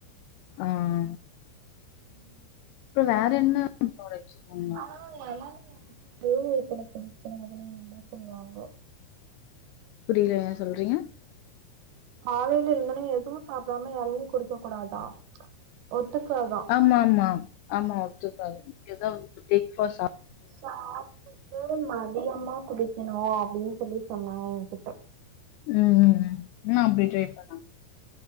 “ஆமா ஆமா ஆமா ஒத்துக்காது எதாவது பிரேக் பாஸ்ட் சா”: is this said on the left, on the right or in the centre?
Left